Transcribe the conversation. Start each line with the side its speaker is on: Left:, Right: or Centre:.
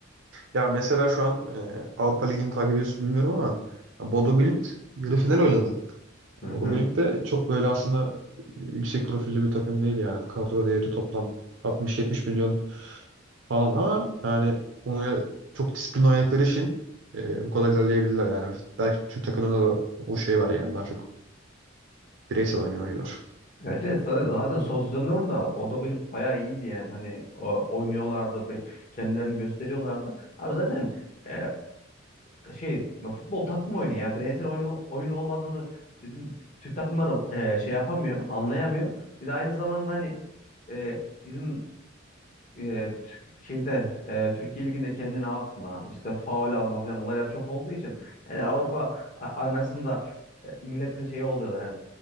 Right: Ya mesela şu an e, Avrupa Ligi'ni takip ediyorsun bilmiyorum ama ya Bodo Glimt yarı final oynadı. Yani
Left: Hı hı.
Right: Bodo Glimt de çok böyle aslında yüksek profilli bir takım değil yani. Kadro değeri toplam 60-70 milyon falan ama yani onu çok disiplinli oynadıkları için e, bu kadar ilerleyebilirler yani. Belki Türk takımında da o şey var yani daha çok bireysel oynuyor oyuncular.
Left: Evet, evet zaten zaten son sezonların da Bodo Glimt bayağı iyiydi yani hani o- oynuyorlardı be- kendilerini gösteriyorlardı. Abi zaten e, ta- şey futbol takım oyunu ya bireysel oyun, oyun olmadığını bizim Türk takımları e, şey yapamıyor anlayamıyor. Bir de aynı zamanda hani e, bizim e, Türk- şeyde e, Türkiye Ligi'nde kendini atma, işte faul alma falan olaylar çok olduğu için yani Avrupa a- arenasında e, milletin şeyi oluyorlar yani